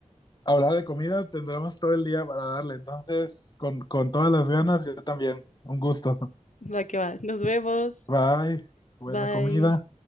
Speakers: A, on the left; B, on the left.
A: hablar de comida tendremos todo el día para darle. Entonces, con, con todas las ganas, yo también. Un gusto. <laughs>
B: Va que va. Nos vemos.
A: Bye. Buena
B: Bye.
A: comida.